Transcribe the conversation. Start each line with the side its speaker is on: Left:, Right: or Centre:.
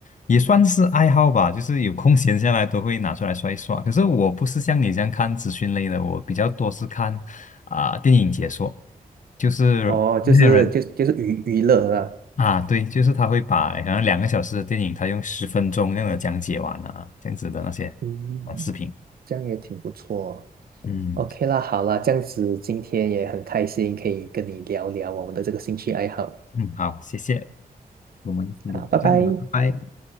Left: 也算是爱好吧，就是有空闲下来都会拿出来刷一刷。可是我不是像你这样看资讯类的，我比较多是看啊、电影解说，就是那些人。
Right: 哦，就是就就是娱娱乐啦，
Left: 啊，对，就是他会把好像两个小时的电影，他用十分钟那样的讲解完啊，这样子的那些短视频。
Right: 嗯，这样也挺不错。
Left: 嗯
Right: OK 啦，好啦，这样子今天也很开心，可以跟你聊聊我们的这个兴趣爱好。
Left: 嗯，好，谢谢，我们有空再聊，
Right: 好，拜拜。
Left: 拜拜。